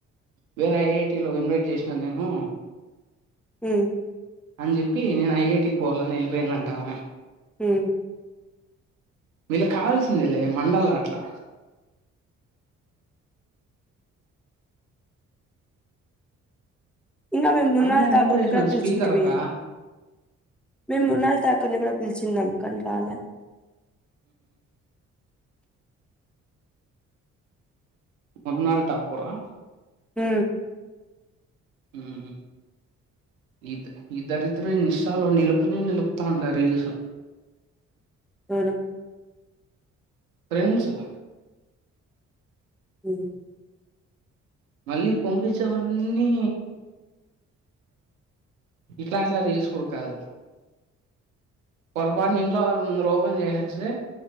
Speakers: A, on the right; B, in the centre.
A: వేరే ఐఐటిలో ఇన్వైట్ చేసినా నేను
B: ఊ
A: అని చెప్పి నేను ఐఐటికి పోవాల అని చూపి వెళ్ళిపోయిందంటా ఆమె
B: ఉమ్.
A: వీళ్ళ కావాల్సిందేలే మండళ్ల అట్లా
B: ఇంగా మేము మృణాళ్
A: ఆయమ్మ
B: ఠాకూర్
A: మోటివేషనల్
B: కూడా పిలిచింటిమి
A: స్పీకర్ అక్క
B: మేము మృణాళ్ ఠాకూర్ ఇక్కడా పిలిచింది అందుకని రల
A: మర్నాల్ ఠాకురా
B: ఊ
A: ఉ ఉ ఈఈ దరిద్రం ఇన్స్టాలో నిలుపనే నిలుపుతా రీల్స్
B: ఎవరు
A: ఫ్రెండ్స్ ఉ
B: ఉ ఉ
A: మళ్ళీ పంపించవన్నీ ఇట్లా అట్లా రీల్స్ కూడా కాదు పొరపాటుని ఇంట్లో వాళ్ళ ముందర ఓపెన్ చేస్తే